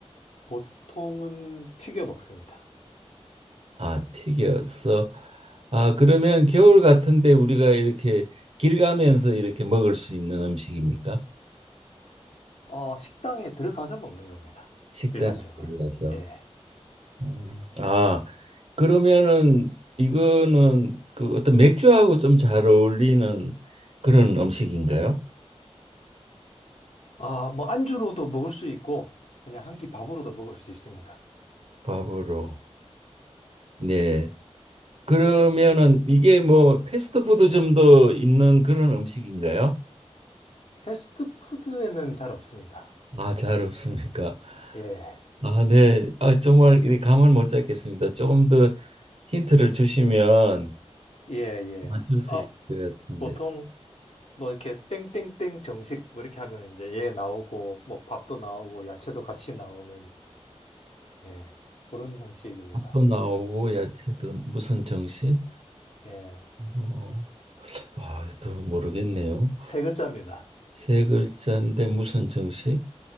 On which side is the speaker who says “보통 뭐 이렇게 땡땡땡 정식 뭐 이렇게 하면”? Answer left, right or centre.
Left